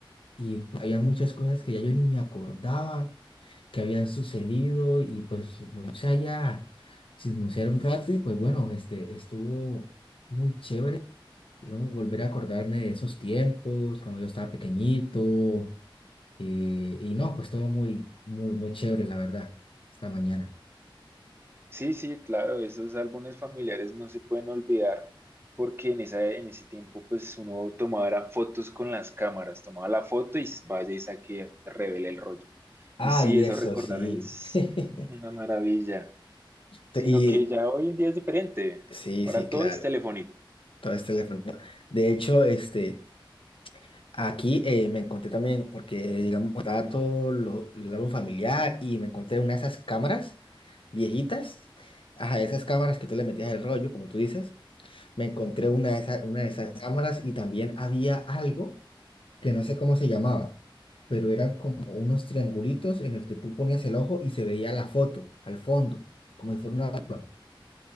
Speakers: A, on the left; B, on the right.
A: y había muchas cosas que ya yo ni me acordaba que habían sucedido y pues me puse allá a chismosear un rato y pues bueno, este estuvo muy chévere, digamos, volver a acordarme de esos tiempos, cuando yo estaba pequeñito y, y no, pues todo muy, muy, muy chévere, la verdad, esta mañana.
B: Sí, sí, claro, esos álbumes familiares no se pueden olvidar porque en esa, en ese tiempo pues uno tomaba era fotos con las cámaras, tomaba la foto y vaya y saque, revele el rollo.
A: Ay,
B: Y sí, eso
A: eso
B: recordar
A: sí.
B: es
A: <laughs>
B: una maravilla,
A: Y
B: sino que ya hoy en día es diferente.
A: sí,
B: Ahora
A: sí, claro.
B: todo es telefónico.
A: Todo es teléfono. De hecho, este, aquí eh, me encontré también, porque digamos, estaba todo lo, el álbum familiar y me encontré una de esas cámaras viejitas. Ajá, esas cámaras que tú le metías el rollo, como tú dices. Me encontré una de esas, una de esas cámaras y también había algo. que no sé cómo se llamaba, pero eran como unos triangulitos en el que tú ponías el ojo y se veía la foto al fondo, como si fuera una lupa,